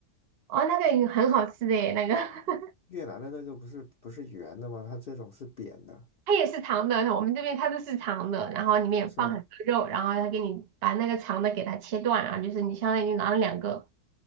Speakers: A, on the right; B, on the left.
A: 哦，那个也很好吃的耶，那个。<laughs>
B: 越南的那个不是不是圆的吗？它这种是扁的，
A: 它也是长的，我们这边它都是长的，然后里面放很多肉，
B: 是吗？
A: 然后它给你把那个长的给它切断，然后就是你相当于拿了两个，